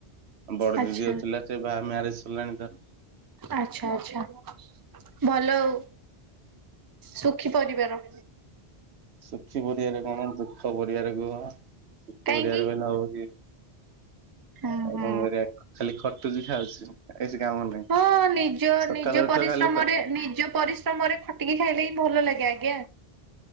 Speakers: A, on the right; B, on the right.
A: ବଡ
B: ଆଚ୍ଛା
A: ଦିଦି ଅ ଥିଲା ସେ ବାହା ମ୍ୟାରେଜ ସରିଲାଣି ତାର।
B: ଆଚ୍ଛା ଆଚ୍ଛା ଭଲ ଆଉ। ସୁଖୀ ପରିବାର।
A: ସୁଖୀ ପରିବାରେ କଣ ଦୁଃଖ ପରିବାରେ କୁହ?
B: କାହିଁକି?
A: ଓଡିଆରେ କହିଲେ ହବକି ଆଉ
B: ହୁଁ ହୁଁ।
A: କଣ କରିବା ଖାଲି ଖ ବି ଖାଉଛି। ଆଉ କିଛି କାମ ନାହିଁ।
B: ହଁ ନିଜ
A: ସକାଳୁ
B: ନିଜ
A: ଉଠ
B: ପରିଶ୍ରମରେ
A: ଖାଲି ଖଟ
B: ନିଜ ପରିଶ୍ରମରେ ଖଟିକି ଖାଇଲେ ଭଲ ଲାଗେ ଆଜ୍ଞା।